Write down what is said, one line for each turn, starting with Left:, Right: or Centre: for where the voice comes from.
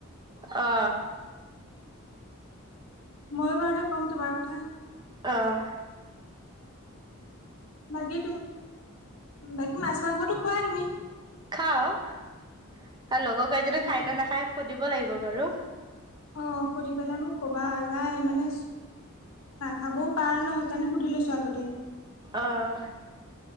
Right: অ'।
Left: মই বাৰু তে ক'ম তোমাৰ কথা।
Right: অ'।
Left: বাকী তুমি বাকী মাছ মাংসটো খোৱাই তুমি
Right: খাও। আৰু লগৰ কেইজনী
Left: ঠিকে
Right: খাই নে নাখায় সুধিব লাগিব বাৰু।
Left: অ', সুধি পেলাই মোক কবা নাই মানে খাবও পাৰা ন সেইকাৰণে সুধি লৈছোঁ আগতে।
Right: অহ